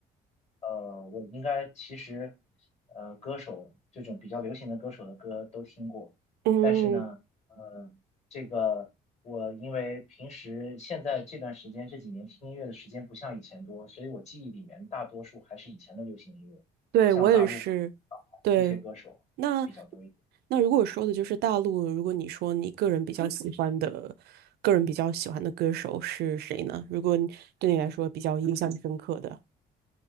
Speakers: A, on the left (about 40°); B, on the right (about 70°).
A: 呃，我应该其实，呃，歌手这种比较流行的歌手的歌都听过，
B: 嗯，
A: 但是呢，呃，这个我因为平时现在这段时间这几年听音乐的时间不像以前多，所以我记忆里面大多数还是以前的流行音乐，
B: 对，
A: 像大陆港台这些歌手啊比较多一点。
B: 我也是。对，那那如果说的就是大陆，如果你说你个人比较喜欢的，个人比较喜欢的歌手是谁呢？如果你对你来说比较印象深刻的。